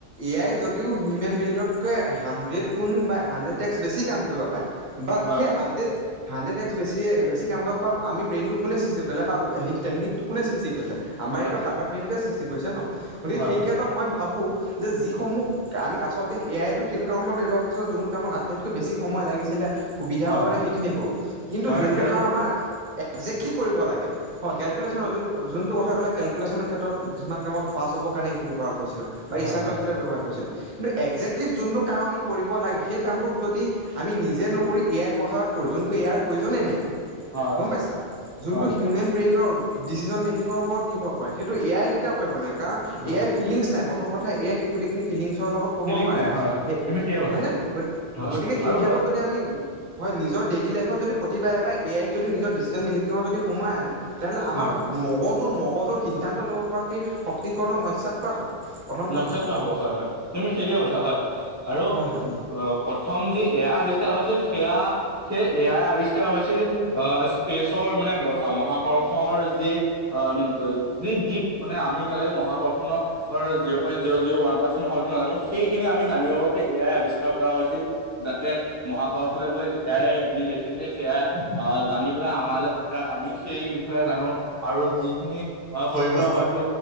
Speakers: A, on the right; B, on the right.
A: এয়াই যদিও হিউমেন ব্ৰেইনতকৈ হাড্ৰেড গুণ বা হাড্ৰেড টেক্স বেছি কাম কইব প পায় বাট,
B: হয়
A: সেই
B: হয়
A: হাণ্ডেড হাণ্ডেড টেক্স বেছিয়ে বেছি কাম কইব পা আমি ব্ৰেইনটো কোনে সৃষ্টি কইলে, বা হেইটো টেকনিকটো কোনে সৃষ্টি কৰিলে। আমাৰ
B: হয় হয় হয়
A: এইটো সাধাৰণ বেইনটোৱে সৃষ্টি কৰিছে ন! গতিকে
B: হয়
A: সেই কেতত মই ভাবো যে যিসমূহ আমি আচলতে এ আইতো সেইটো কামত ব্যৱহাৰ কৰিছো যোনটো কামত আটাইতকৈ বেছি সময় লাগিছি সুবিধা
B: হয়
A: হ'বলে
B: হয়
A: সেইখিনি কৰো, কিন্তু
B: হয়
A: যোনটো
B: হয় হয়
A: কাম আমাৰ এ একজেক্টলি কৰিব লাগে। হ, কেলকুলেশ্যন যোনটো যোনটো কথা ক'লে কেলকুলেশ্যন ক্ষেত্ৰত কিছুমান কামত ফাচ হ'ব কাৰণে সেসিনি ব্যৱহাৰ ক ৰিছিলোঁ বা ৰিচাৰজ
B: হয় হয় হয় হয় হয়
A: ক্ষেতত ব্যৱহাৰ কৰিছিলো। কিন্তু একজেকলি যোনটো কাম আমি কৰিব লাগে, সেই কামটোক যদি আমি নিজে নকৰি এয়াই সহায়ত কৰোঁ, যোনটো এ আইৰ প্ৰয়োজনেই নাই! <unintelligible>
B: হয় হয় হয় হয় হয়
A: ডিচিশ্যন মেকিঙৰ ওপৰত নিৰ্ভৰ কৰে, সেইটো এ আই কেতিয়াও কৰিব নোৱাৰে কাৰণ
B: হয়
A: এ আই ফিলিংছ নাই, প্ৰথম কথা এ আই সেই গোটেইখিনি ফিলিংচ তৰ লগত ক'ব
B: ফিলিংছ
A: নোৱাৰে,
B: নাই হয় হয়
A: হে,
B: তুমি ঠিকে কৈছা
A: হয় নে?
B: হয়
A: গতিকে সেই
B: আৰু
A: ক্ষেত্ৰত
B: বৰ্ত
A: যদি আমি হয়। নিজৰ ডেইলী লাইফত যদি প্ৰতিবায়ে বায়ে এ আইক যদি নিজৰ ডিচিজন মেযিকিঙ যদি সোমাই আনো তেনেলে আমাৰ
B: হয়
A: মগজুৰ-মগজুৰ সিদ্ধান্ত লব পৰা সেই শক্তিকণক নস্যাত কৰা হব। প্ৰথম
B: নক্ষত
A: কথা।
B: হব হয় হয় তুমি ঠিকে কৈছা হয় আৰু
A: হয় হয়
B: প্ৰথম যি এ আই আৱিষ্কাৰ হৈছিল সেয়া সেই এয়াই আৱিষ্কা হৈছিল অ'স্পেচৰ মানে বৰ আও মহাকৰ্ষৰ যি আ ব, যি দ্বীপ, মানে আমি এতিয়ালেকে মহাকৰ্ষণ অৰ zero point zero zero one percent হয়তো নাজানো। সেইসিনি আমি জানিবৰ বাবে এয়াই আৱিষ্কাৰ কৰা হৈছিল, যাতে মহাকৰশলৈ গৈ এয়াইয়ে যি দেসিছে, সেয়া আহ জানি পেলা আমালৈ পঠিয়াক। আমি সেই ষয়ে জানো আৰু যিসিনি অ
A: হয়
B: কৰিবলৈ
A: হয়
B: হয়তো